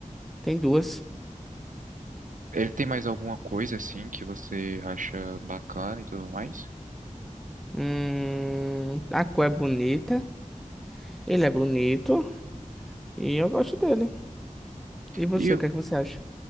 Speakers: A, in the centre; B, on the right.
A: tem duas.
B: Ele tem mais alguma coisa assim que você acha bacana e tudo mais?
A: Hum, a cor é bonita. Ele é bonito. E eu gosto dele. E você,
B: E,
A: o que é que você acha?